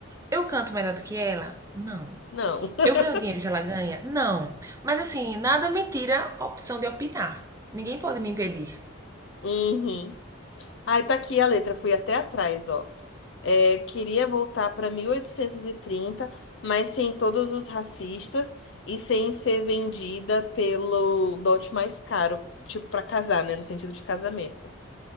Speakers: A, on the right (about 15°); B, on the left (about 60°).
A: eu canto melhor do que ela? Não.
B: Não. <laughs>
A: Eu ganho o dinheiro que ela ganha? Não. Mas assim, nada me tira a opção de opinar. Ninguém pode me impedir.
B: Uhum. Aí tá aqui a letra, fui até atrás, ó. É, queria voltar pra 1830, mas sem todos os racistas e sem ser vendida pelo dote mais caro, tipo pra casar, né, no sentido de casamento.